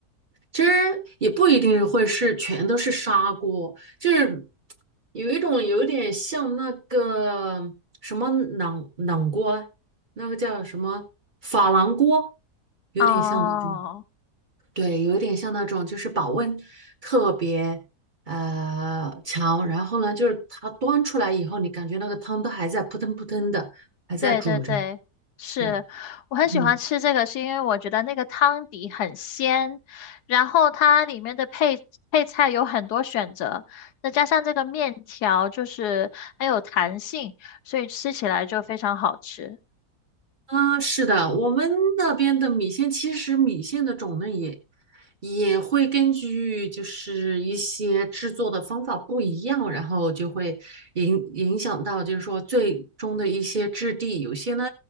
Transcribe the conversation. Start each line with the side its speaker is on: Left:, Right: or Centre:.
Right: 其实也不一定会是全都是砂锅，就是有一种有点像那个什么冷冷锅，那个叫什么珐琅锅，有点像那种，
Left: 哦，
Right: 对，有点像那种，就是保温特别呃强，然后呢，就是它端出来以后，你感觉那个汤都还在扑腾扑腾的，还在煮着，
Left: 对对对，是，
Right: 是，
Left: 我很喜欢吃这个，
Right: 嗯。
Left: 是因为我觉得那个汤底很鲜，然后它里面的配配菜有很多选择，再加上这个面条就是很有弹性，所以吃起来就非常好吃。
Right: 啊，是的，我们那边的米线，其实米线的种类也也会根据就是一些制作的方法不一样，然后就会影影响到就是说最终的一些质地，有些呢